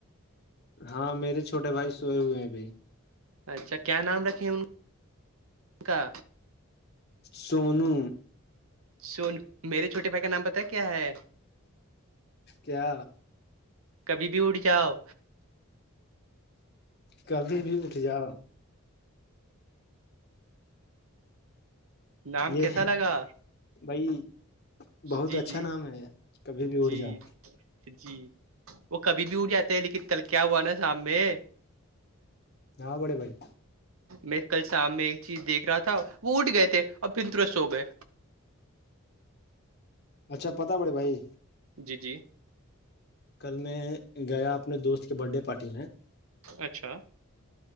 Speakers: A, on the left; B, on the right.
A: ہاں میرے چھوٹے بھائی سوئے ہوئے ہیں ابھی
B: اچھا کیا نام رکھیں ان کا
A: سونو
B: سونو میرے چھوٹے بھائی کا نام پتا ہے کیا ہے
A: کیا
B: کبھی بھی اڑ جاؤ
A: کبھی بھی اٹھ جاؤ
B: نام
A: یہ
B: کیسا لگا
A: بھائی بہت
B: جی
A: اچھا
B: جی
A: نام ہے کبھی بھی اڑ
B: جی
A: جاؤ
B: جی وہ کبھی بھی اٹھ جاتے ہیں لیکن کل کیا ہوا نا شام میں
A: ہاں بڑے بھائی
B: میں کل شام میں ایک چیز دیکھ رہا تھا وہ اٹھ گئے تھے اور پھر تورنت سو گئے
A: اچھا پتا بڑے بھائی
B: جی جی
A: کل میں گیا اپنے دوست کے برتھ ڈے پارٹی میں
B: اچھا